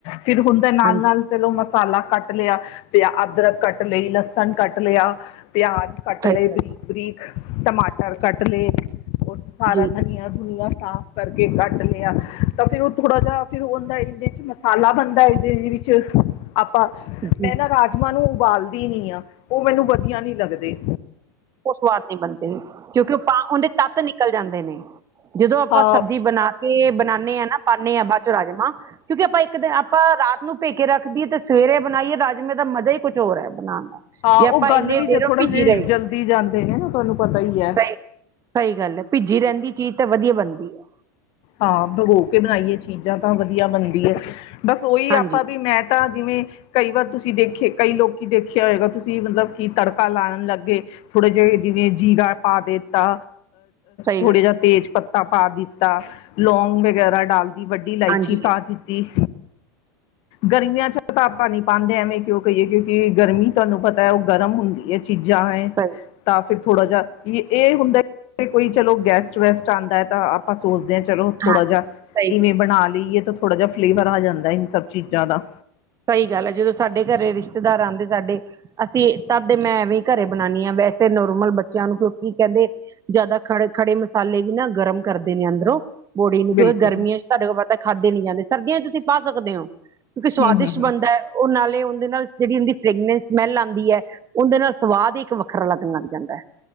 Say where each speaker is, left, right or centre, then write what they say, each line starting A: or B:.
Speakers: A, on the left; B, on the right.
A: ਫਿਰ ਹੁਣ ਤੇ ਨਾਲ਼-
B: ਹਾਂਜੀ
A: ਨਾਲ਼। ਮਸਾਲਾ ਕੱਟ ਲਿਆ, ਤੇ ਅਦਰਕ ਕੱਟ ਲਈ, ਲਸਣ ਕੱਟ ਲਿਆ, ਪਿਆਜ਼। ਕੱਟ
B: ਸਹੀ
A: ਲਏ ਬਰੀਕ-
B: ਗੱਲ
A: ਬਰੀਕ ਟਮਾਟਰ ਕੱਟ ਲਏ। ਉਹ ਸਾਰਾ
B: ਜੀ
A: ਧਨੀਆਂ ਧੁਨੀਆ ਸਾਫ਼ ਕਰਕੇ ਕੱਟ ਲਿਆ ਤਾਂ ਫੇਰ ਥੋੜਾ ਜਾ ਫੇਰ ਉਹ ਹੁੰਦਾ ਇਹਦੇ ਚ ਮਸਾਲਾ ਬਣਦਾ, ਇਹਦੇ ਵਿੱਚ ਆਪਾਂ,
B: ਜੀ
A: ਮੈਂ ਨਾ ਰਾਜ ਨਾਲੇ ਉਬਾਲਦੀ ਨੀ ਆ ਉਹ ਮੈਨੂੰ ਵਧੀਆ ਨੀ ਲੱਗਦੇ।
B: ਉਹ ਸਵਾਦ ਨਹੀਂ ਬਣਦੇ, ਕਿਉਂਕਿ ਉਹ ਪਾ ਉਹਦੇ ਤੱਤ ਨਿਕਲ ਜਾਂਦੇ ਨੇ, ਜਦੋਂ ਆਪਾਂ
A: ਹਾਂ
B: ਸਬਜ਼ੀ ਬਣਾ ਕੇ ਬਣਾਉਂਦੇ ਹਾਂ ਨਾ ਪਾਉਂਦੇ ਹਾਂ ਬਾਅਦ ਚੋਂ ਰਾਜਮਾਂਹ ਕਿਉਂਕਿ ਆਪਾਂ ਇੱਕ ਦਿਨ ਆਪਾਂ ਰਾਤ ਨੂੰ ਭੇਕੇ ਰੱਖਦੀਏ ਤੇ ਸਵੇਰੇ ਬਣਾਈਏ ਰਾਜਮੇ ਦਾ ਮਜ਼ਾ ਹੀ ਕੁਛ ਹੋਰ ਹੈ ਬਣਾਉਣ ਦਾ।
A: ਹਾਂ
B: ਜੇ
A: ਉਹ
B: ਆਪਾਂ
A: ਗਲ
B: ਇੰਨੇ
A: ਵੀ ਜੇ
B: ਦੇਰ
A: ਥੋੜਾ
B: ਭਿੱਜੀ
A: ਜਿ
B: ਰਹੀ
A: ਜਲਦੀ ਜਾਂਦੇ ਨੇ ਨਾ ਤੁਹਾਨੂੰ ਪਤਾ ਹੀ ਆ।
B: ਸਹੀ ਸਹੀ ਗੱਲ ਹੈ ਭਿੱਜੀ ਰਹਿੰਦੀ ਚੀਜ਼ ਤਾਂ ਵਧੀਆ ਬਣਦੀ ਆ।
A: ਹਾਂ ਭਗੋ ਕੇ ਬਣਾਈਏ ਚੀਜ਼ਾਂ ਤਾਂ ਵਧੀਆ ਬਣਦੀ ਹੈ। ਬਸ ਉਹੀ
B: ਹਾਂਜੀ
A: ਆਪਾਂ ਵੀ ਮੈਂ ਤਾਂ ਜਿਵੇਂ ਕਈ ਵਾਰ ਤੁਸੀਂ ਦੇਖੇਆ ਕਈ ਲੋਕੀਂ ਦੇਖਿਆ ਹੋਏਗਾ। ਤੁਸੀਂ ਮਤਲਬ ਕੀ ਤੜਕਾ ਲਾਉਣ ਲੱਗੇ। ਥੋੜੇ ਜੇ ਜਿਵੇਂ ਜੀਰਾ ਪਾ ਦੇਤਾ
B: ਸਹੀ
A: ਥੋੜਾ
B: ਗੱਲ ਹੈ
A: ਜਿਹਾ ਤੇਜ ਪੱਤਾ ਪਾ ਦਿੱਤਾ, ਲੋਂਗ ਵਗ਼ੈਰਾ ਡਾਲਦੀ ਵੱ ਵੱਡੀ ਇਲਾਇਚੀ
B: ਹਾਂਜੀ
A: ਪਾ ਦਿੱਤੀ ਗਰਮੀਆਂ ਚ ਆਪਾ ਨੀਂ ਪਾਂਦੇ ਐਵੇਂ ਕਿਉਂ ਕਹੀਏ ਕਿਉਂਕਿ ਗਰਮੀ। ਤੁਹਾਨੂੰ ਪਤਾ ਹੈ ਉਹ ਗਰਮ ਹੁੰਦੀ ਹੈ ਚੀਜ਼ਾਂ
B: ਸਹੀ
A: ਹੈ, ਤਾਂ ਫਿਰ ਥੋੜਾ ਜਿਹਾ ਇਹ ਹੁੰਦਾ ਕੋਈ ਚਲੋ ਗੈਸਟ, ਵੈਸਟ ਆਉਂਦਾ ਹੈ ਤਾਂ ਆਪਾਂ ਸੋਚਦੇ ਹਾਂ ਚਲੋ। ਥੋੜਾ
B: ਹਾਂ
A: ਜਿਹਾ
B: ਸਹੀ
A: ਇਵੇਂ ਬਣਾ ਲਈਏ ਤਾਂ ਥੋੜਾ ਜਿਹਾ ਫਲੇਵਰ ਆ ਜਾਂਦਾ ਇਹਨ ਸਭ ਚੀਜ਼ਾਂ ਦਾ।
B: ਸਹੀ ਗੱਲ ਆ ਜਦੋਂ ਸਾਡੇ ਘਰੇ ਰਿਸ਼ਤੇਦਾਰ ਆਉਂਦੇ ਸਾਡੇ ਅਸੀਂ ਤਦੇ ਮੈਂ ਐਵੇਂ ਹੀ ਘਰੇ ਬਣਾਉਣੀ ਹਾਂ ਵੈਸੇ ਨੋਰਮਲ ਬੱਚਿਆਂ ਨੂੰ ਕਿਉਂਕਿ ਕਹਿੰਦੇ ਜ਼ਿਆਦਾ ਖੜੇ- ਖੜੇ ਮਸਾਲੇ ਵੀ ਨਾ ਗਰਮ ਕਰਦੇ ਨੇ ਅੰਦਰੋਂ। ਬੋਡੀ ਨੂੰ ਕਿਉਂਕਿ
A: ਬਿਲਕੁਲ
B: ਗਰਮੀਆਂ ਚ ਤੁਹਾਡੇ ਕੋਲ ਪਤਾ ਖਾਧੇ ਨੀ ਜਾਂਦੇ ਸਰਦੀਆਂ ਚ ਤੁਸੀਂ ਪਾ ਸਕਦੇ ਹੋ, ਕਿਉਂਕਿ ਸਵਾਦਿਸ਼ਟ
A: ਹੂੰ ਹੂੰ ਹੂੰ
B: ਹੂੰਦਾ ਉਹ ਨਾਲੇ ਉਹਦੇ ਨਾਲ ਜਿਹੜੀ ਉਹਦੀ ਫ੍ਰੇਗਨੈਂਸ ਸਮੈਲ ਆਂਦੀ ਐ। ਉਹਦੇ ਨਾਲ ਸਵਾਦ ਹੀ ਇੱਕ ਵੱਖਰਾ ਲੱਗਣ ਲੱਗ ਜਾਂਦਾ ਹੈ।